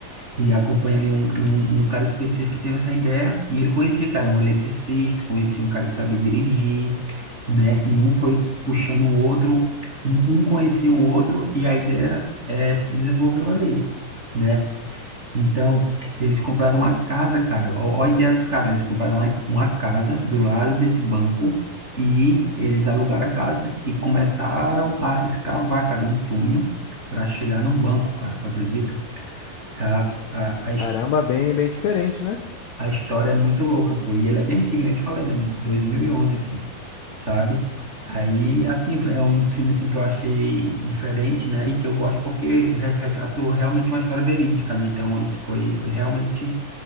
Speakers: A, on the right (about 20°); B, on the left (about 65°).
A: E acompanha ali um, um, um cara específico que teve essa ideia, e ele conhecia, cara, um eletricista, conhecia um cara que sabia dirigir, né? E um foi puxando o outro, um, um conhecia o outro, e a ideia é se desenvolveu ali, né? Então, eles compraram uma casa, cara, ó, ó a ideia dos caras, eles compraram uma, uma casa do lado desse banco, e eles alugaram a casa e começaram a escavar, cara, um túnel para chegar no banco, cara, tu acredita? A, a, a, his-
B: Caramba, bem, bem diferente, né?
A: A história é muito louca, pô. E ele é bem antigo, né? Eu te falei, né? 2011, pô. Sabe? Aí, assim, foi- é um dos filmes assim, que eu achei diferente, né? E que eu gosto porque re- retratou realmente uma história verídica, né? Então, isso foi, foi realmente